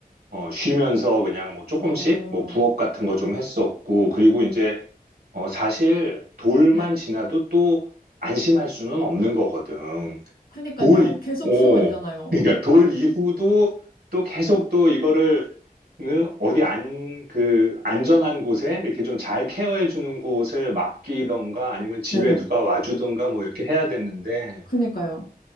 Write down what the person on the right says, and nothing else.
어, 쉬면서 그냥 뭐 조금씩
뭐 부업 같은 거 좀 했었고, 그리고 이제 어, 사실 돌만
지나도 또 안심할 수는 없는 거거든.
돌, 이-
오,
그러니까 돌 이후도 또 계속 또 이거를 응? 어디 안, 그 안전한 곳에 이렇게 좀 잘 케어해 주는 곳을 맡기던가 아니면 집에
누가 와주던가 뭐 이렇게 해야 되는데